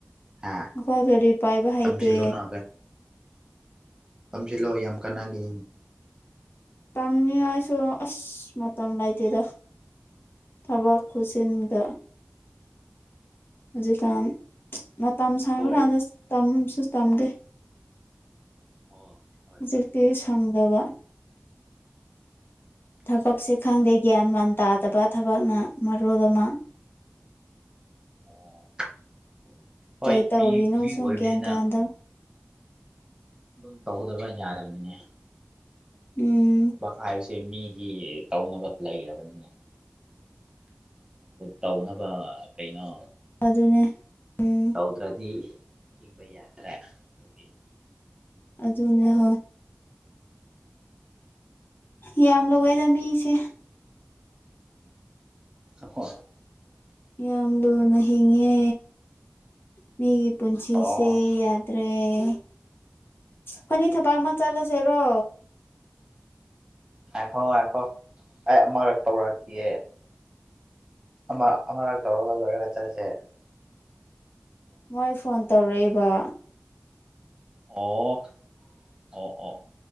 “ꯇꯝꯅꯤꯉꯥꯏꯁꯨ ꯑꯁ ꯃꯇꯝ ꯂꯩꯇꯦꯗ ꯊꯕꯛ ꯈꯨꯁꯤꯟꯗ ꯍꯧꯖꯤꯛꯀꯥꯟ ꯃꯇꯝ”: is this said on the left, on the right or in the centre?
Left